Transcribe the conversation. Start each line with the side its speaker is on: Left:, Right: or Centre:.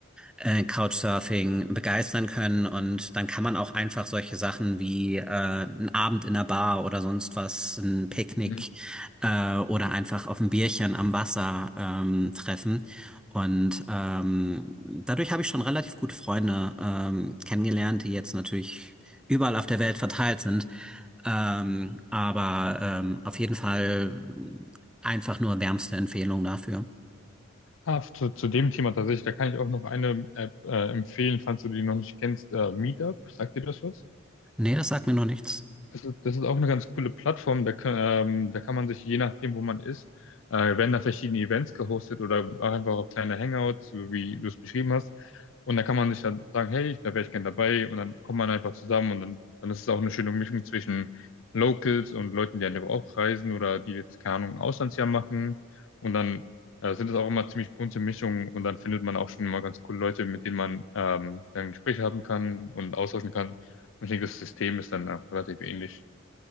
Centre: äh, Couchsurfing, begeistern können und dann kann man auch einfach solche Sachen wie äh, ein Abend in der Bar oder sonst was, ein Picknick
Left: Mhm.
Centre: äh, oder einfach auf ein Bierchen am Wasser ähm, treffen. Und ähm, dadurch habe ich schon relativ gute Freunde ähm, kennengelernt, die jetzt natürlich überall auf der Welt verteilt sind. Ähm, aber ähm, auf jeden Fall einfach nur wärmste Empfehlung dafür.
Left: Ah, zu, zu dem Thema tatsächlich, da kann ich auch noch eine App äh, empfehlen, falls du die noch nicht kennst. Äh, Meetup, sagt dir das was?
Centre: Nee, das sagt mir noch nichts.
Left: Das ist, das ist auch eine ganz coole Plattform. Da kann, ähm, da kann man sich, je nachdem, wo man ist, äh, werden da verschiedene Events gehostet oder auch einfach auch kleine Hangouts, so wie du es beschrieben hast. Und da kann man sich dann sagen, hey, da wäre ich gern dabei. Und dann kommt man einfach zusammen und dann, dann ist es auch eine schöne Mischung zwischen Locals und Leuten, die einfach auch reisen oder die jetzt, keine Ahnung, ein Auslandsjahr machen. Und dann äh, sind es auch immer ziemlich bunte Mischungen und dann findet man auch schon mal ganz coole Leute, mit denen man ähm, dann Gespräche haben kann und austauschen kann. Ich denke, das System ist dann auch relativ ähnlich.